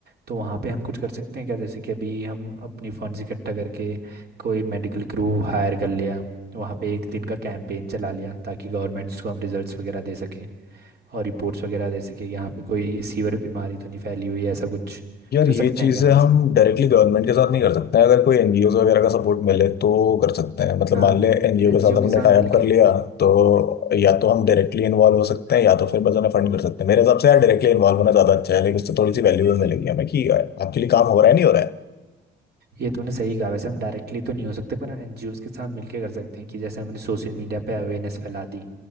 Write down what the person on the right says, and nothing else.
तो वहाँ पे हम कुछ कर सकते हैं क्या जैसे कि अभी हम अपनी फंड्स इकट्ठा करके कोई मेडिकल क्रू हायर कर लिया वहाँ पे एक दिन का कैंपेन चला लिया ताकि गवर्नमेंट्स को हम रिजल्ट्स वगैरह दे सकें और रिपोर्ट्स वगैरह दे सकें यहाँ पे कोई सीवर बीमारी तो नहीं फैली हुई है। ऐसा कुछ
कर
सकते
हैं क्या हम
ऐसा
हाँ
एनजीओ
के साथ
मिलके
हम्म,
ये तूने सही कहा वैसे हम डायरेक्टली तो नहीं हो सकते पर एनजीओस के साथ मिलके कर सकते हैं कि जैसे हमने सोशल मीडिया पे अवेयरनेस फैला दी